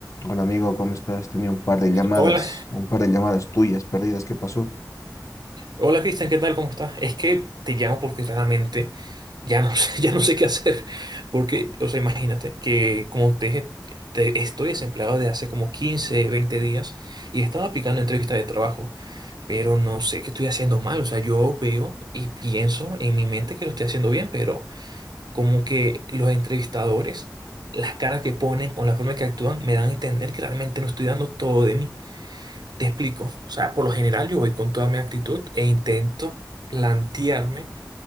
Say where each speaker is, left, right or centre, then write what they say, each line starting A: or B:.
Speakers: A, on the left (about 45°); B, on the right (about 75°).
A: Hola amigo, ¿cómo estás? Tenía un par de llamadas,
B: Hola,
A: un par de llamadas tuyas perdidas. ¿Qué pasó?
B: hola Cristian, ¿qué tal? ¿Cómo estás? Es que te llamo porque realmente ya no sé, <laughs> ya no sé qué hacer. Porque, o sea, imagínate que como te dije, te- estoy desempleado de hace como 15, 20 días y estaba aplicando entrevistas de trabajo, pero no sé qué estoy haciendo mal. O sea, yo veo y pienso en mi mente que lo estoy haciendo bien, pero como que los entrevistadores, las caras que ponen o la forma que actúan me dan a entender que realmente no estoy dando todo de mí. Te explico. O sea, por lo general yo voy con toda mi actitud e intento plantearme